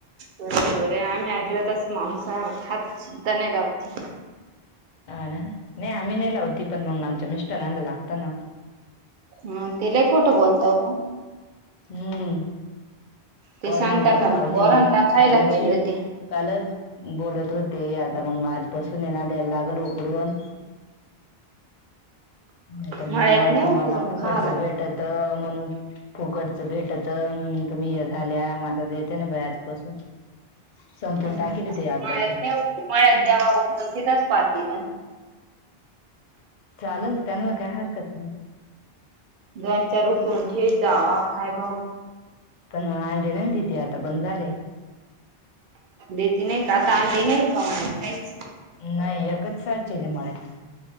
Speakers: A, on the right; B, on the left.
A: बरोबर आहे आम्ही आजीबातच मांसाहार हात सुद्धा नाही लावते.
B: अ ना नाही आम्ही नाही लावती पण मग आमच्या मिस्टरांना लागताना?
A: हा ते लय खोठं बोलता का?
B: हम्म
A: ते
B: पोरांना
A: सांगता
B: त्याला
A: का
B: लावली
A: मी पोरांना खायला
B: कालची
A: केले होते
B: कालच बोलत होते आता मग आजपासून येना द्यायला लागल उकडून. नाही तर
A: मळ्यात
B: म्हणा
A: नाही
B: तुम्हाला
A: उकरून
B: फुकटच
A: खायला.
B: भेटत म्हणून फुकटचं भेटत म्हणून तुम्ही हे झाल्या म आता देते ना बाई आजपासून संपून
A: मळ्यात
B: टाकी तेते अगदाची.
A: नाही मळ्यात द्याव उकडून तिथंच पातेल.
B: चालेल त्यांना काय हरकत नाही.
A: दंचा रुखून खेळ जा खायबाऊ
B: पण मग अंडे नाहीधीती आता बंद झाले.
A: देती नाही का आता आंडी नाही का काहीच.
B: नाही एकच साचेले मळ्यात